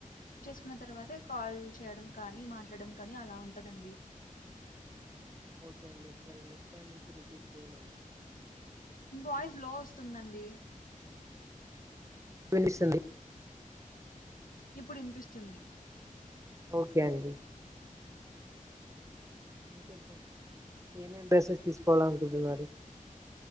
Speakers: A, on the left; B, on the right.
A: చేసుకున్న తర్వాత కాల్ చేయడం కానీ మాట్లాడడం కానీ అలా ఉంటందండి.
B: ఓకే అండి సరే నెక్స్ట్ టైమ్ నుంచి రిపీట్ చెయ్యనండి.
A: మీ వాయిస్ లో వస్తుందండి.
B: వినిపిస్తుంది
A: ఇప్పుడు వినిపిస్తుంది
B: ఓకే అండి ఇంకేంటండి ఏమేం డ్రెస్సెస్ తీసుకోవాలనుకుంటున్నారు.